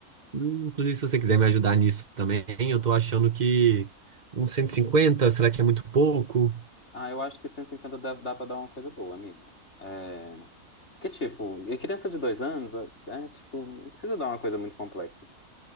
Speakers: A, on the right; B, on the left.
A: Hum, Inclusive, se você quiser me ajudar nisso também, eu tô achando que uns 150 será que é muito pouco?
B: Ah, eu acho que 150 dá, dá pra dar uma coisa boa, amigo. É, porque, tipo, e criança de dois anos, é, é, tipo, não precisa dar uma coisa muito complexa.